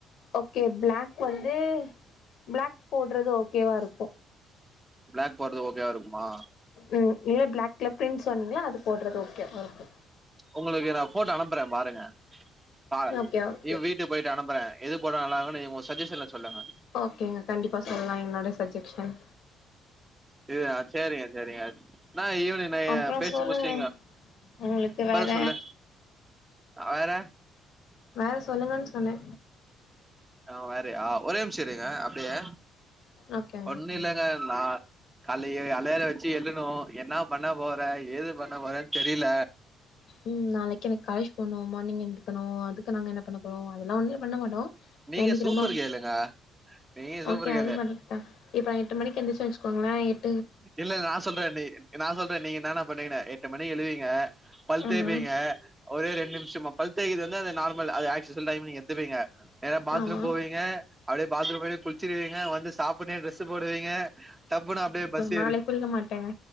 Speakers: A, on the left; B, on the right.
A: okay black வந்து பிளாக் போடுறது ஓகேவா இருக்கு
B: பிளாக் போடுறது ஓகோ வா இருக்குமா
A: ம் இல்ல பிளாக்ல பிரிண்ட் சொன்னிங்ள அது போடுறது ஓகே வா இருக்கு
B: உங்களுக்கு நா போட்டோ அனுப்பறே பாருங்க பார்
A: ஓகே ஓகே
B: இவ் வீட்டுக்கு போயிட்டு அனுப்பறே எது போட்டா நல்லாருக்குன்னு உங்க சஜ்ஜசன்ல சொல்லுங்க
A: ஓகேங்க கண்டிப்பா சொல்லா என்னோட சஜெக்ஷன்
B: இது சேரிங்க சேரிங்க நா ஈவினி நீங்க
A: அப்றோ
B: பேசி
A: சொல்லுங்க
B: முடிஸ்ட்டிங்கோ
A: உங்களுக்கு
B: அப்பறோ
A: வேற
B: சொல்லு வேற
A: மேல சொல்லுங்கன்னு சொன்னே
B: ஆ வேற யா ஒரே நிம்ஷோ இருங்க அப்டியே
A: ஓகேங்க
B: ஒண்ணு
A: ஓகேங்க
B: இல்லங்க நா கால்லயே அழாரோ வெச்சு எழுணு என்ன பண்ண போற ஏது பண்ண போறேன் தெரீல
A: ம் நாளைக்கு எனக்கு காலேஜ் போணு மார்னிங் எந்திரிக்கணு அதுக்கு நாங்க என்ன பண்ண போறோ அதல்லா ஒன்னுமே பண்ண மாட்டோ
B: நீங்க
A: ஏந்திக்கிறோமா
B: சூப்பர் கேளுங்க நீங்க சூப்பர்
A: ஓகே
B: கேளு
A: அது பண்ணிட்டா இப்ப எட்டு மணிக்கு எந்திர்ச்சே வெச் கொங்களோ
B: இல்ல நா சொல்றே நீ நா சொல்றே நீங்க என்ன என்னா பண்ணுவிங்கன்னு எட்டு மணிக்கு எழுவீங்க பல்
A: ஆமா
B: தேப்பீங்க ஒரே ரேண் நிமுஷமா பல் தேக்கறது வந்து அது நார்மல் அது ஆக்சுஸ்வல் டைம் நீங்க எத்துப்பீங்க நேரா பாத்ரூம்
A: ஆமா
B: போவீங்க அப்டியே பாத்ரூம் <unintelligible> குளிச்சிருவீங்க வந்து சாப்புனே டிரெஸு போடுவீங்க டப்புன்னு அப்டியே பஸ்
A: நாளை
B: ஏறு
A: குளிக்க மாட்டேங்க